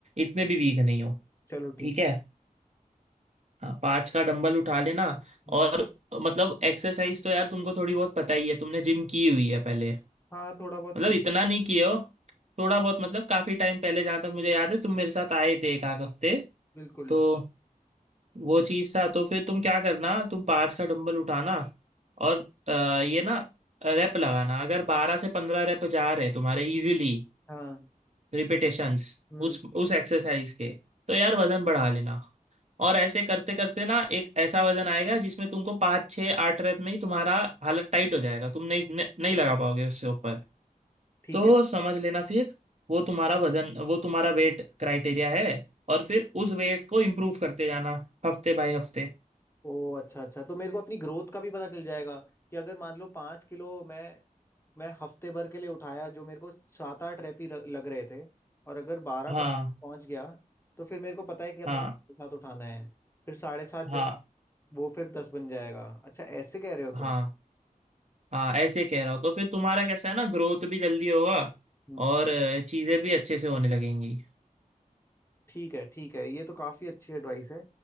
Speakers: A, on the right (about 50°); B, on the left (about 15°).
A: इतने भी वीक नहीं हो
B: चलो
A: ठीक
B: ठीक
A: है
B: है
A: हाँ पाँच का डंबल उठा लेना
B: हम्म।
A: और मतलब एक्सरसाइज तो यार तुमको थोड़ी बहुत पता ही है तुमने जिम की हुई है पहले
B: हाँ थोड़ा बहुत
A: मतलब
B: की
A: इतना नहीं किए हो थोड़ा बहुत मतलब काफी टाइम पहले जहां तक मुझे याद है तुम मेरे साथ आए थे एक आध हफ्ते
B: बिल्कुल
A: तो वो चीज था तो फिर तुम क्या करना तुम पाँच का डंबल उठाना और अ, ये ना रैप लगाना अगर बारह से पंद्रह रैप जा रहे तुम्हारे इजीली
B: हाँ
A: रिपीटेशंस
B: हम्म
A: उस उस एक्सरसाइज के तो यार वजन बढ़ा लेना और ऐसे करते करते ना एक ऐसा वजन आएगा जिसमें तुमको पाँच छः आठ रेप में ही तुम्हारा हालत टाइट हो जाएगा तुम नहीं नहीं नहीं लगा पाओगे उससे ऊपर
B: ठीक
A: तो
B: है
A: समझ लेना फिर वो तुम्हारा वजन वो तुम्हारा वेट क्राइटेरिया है और फिर उस वेट को इम्प्रूव करते जाना हफ्ते बाय हफ्ते
B: ओ अच्छा अच्छा तो मेरे को अपनी ग्रोथ का भी पता चल जाएगा कि अगर मान लो पाँच किलो मैं मैं हफ्ते भर के लिए उठाया जो मेरे को सात आठ रैपी र- लग रहे थे और अगर बारह
A: हाँ
B: पंद्रह पहुंच गया तो फिर मेरे को पता है कि अब
A: हाँ
B: मेरे को साढ़े सात उठाना है फिर साढ़े सात जब
A: हाँ
B: वो फिर दस बन जाएगा अच्छा ऐसे कह रहे हो
A: हाँ
B: तुम
A: हाँ ऐसे कह रहा हूँ तो फिर तुम्हारा कैसा है ना ग्रोथ भी जल्दी होगा
B: हम्म
A: और अ, चीजें भी अच्छे से होने लगेंगी
B: ठीक है ठीक है ये तो काफ़ी अच्छी एडवाइस है